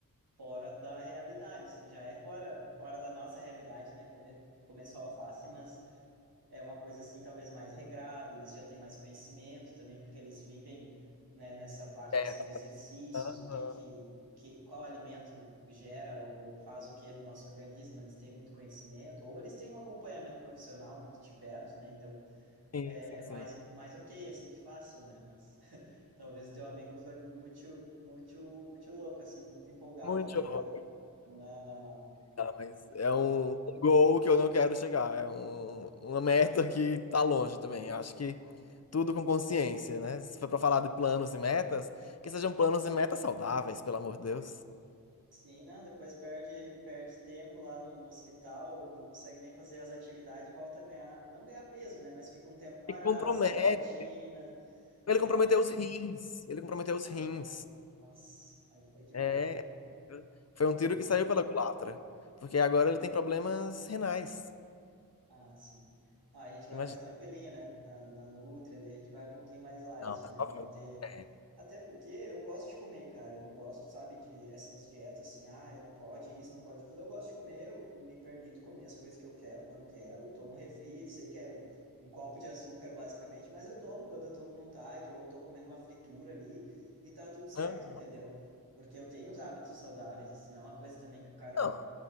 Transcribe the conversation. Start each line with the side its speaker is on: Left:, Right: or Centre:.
Right: fora da realidade, assim, já é fora, fora da nossa realidade, né, comer, comer só alface, mas é uma coisa assim talvez mais regrada, eles já têm mais conhecimento também, porque eles vivem, né, nessa parte
Left: É.
Right: assim de exercícios,
Left: Aham.
Right: o que que, o que qual alimento gera ou ou faz o que no nosso organismo, eles têm muito conhecimento, ou eles têm um acompanhamento profissional muito de perto, né? Então
Left: Sim,
Right: é,
Left: sim,
Right: é
Left: sim.
Right: mais mais ok assim que façam, né? Mas <laughs> talvez o teu amigo foi muito muito muito louco assim, muito empolgado
Left: Muito
Right: ali
Left: jovem,
Right: na não, não, não,
Left: tá? Mas
Right: não
Left: é
Right: dá.
Left: um, um gol que eu não quero chegar. É um- uma meta que tá longe também. Eu Acho que tudo com consciência, né? Se for pra falar de planos e metas, que sejam planos e metas saudáveis, pelo amor de Deus.
Right: Sim, não, depois perde, perde tempo lá no, no hospital, não consegue nem fazer as atividades e volta a ganhar, não ganhar peso, né? Mas fica um tempo parado,
Left: E compromete.
Right: sai da rotina,
Left: Ele
Right: né?
Left: comprometeu os rins. Ele comprometeu os
Right: Ah,
Left: rins.
Right: nossa, aí foi demais,
Left: É.
Right: né?
Left: Foi um tiro
Right: Não,
Left: que saiu pela culatra. Porque agora ele tem problemas renais.
Right: Ah, sim. Ah, a gente vai
Left: Imagina.
Right: mais tranquilinho, né? Na, na Nutri ali, a gente vai um pouquinho mais light,
Left: Não, por
Right: né?
Left: favor.
Right: Manter.
Left: É.
Right: Até porque eu gosto de comer, cara. Eu não gosto, sabe, de essas dietas assim, ah, não pode isso, não pode aquilo. Eu gosto de comer, eu me permito comer as coisas que eu quero quando quero. Tomo um refri, sei que é um, um copo de açúcar, basicamente, mas eu tomo quando eu tô com vontade, ou eu tô comendo uma fritura ali e tá tudo certo,
Left: Hã?
Right: entendeu? Porque eu tenho os hábitos saudáveis, assim, não é uma coisa também que o cara
Left: Não.